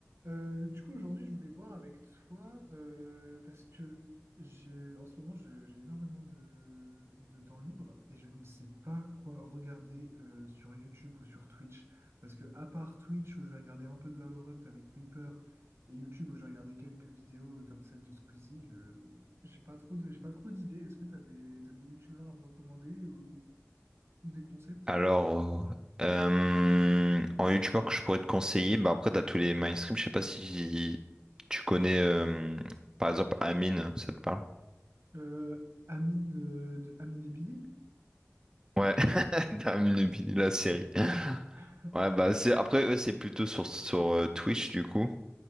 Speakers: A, on the right (about 70°); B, on the right (about 15°).
A: Euh, du coup, aujourd'hui, je voulais voir avec toi euh, parce que j'ai, en ce moment, je- j'ai énormément de, de temps libre et je ne sais pas quoi regarder euh, sur YouTube ou sur Twitch. Parce que, à part Twitch, où je vais regarder un peu de Valorant avec Reaper et YouTube, où je vais regarder quelques vidéos euh, comme celle de Squeezie, je j'ai pas trop de, j'ai pas trop d'idées. Est-ce que tu as des, t'as des YouTubeurs à me recommander ou, ou des concepts?
B: Alors, euh, en youtubeur que je pourrais te conseiller, bah après, t'as tous les mainstream. Je sais pas si tu connais, euh, par exemple, Amine, ça te parle?
A: Euh, Amine, euh, de Amine et Billy?
B: Ouais, <laughs> Amine et Billy, la série.
A: <laughs>
B: Ouais, bah c'est après, eux, c'est plutôt sur, sur euh, Twitch, du coup.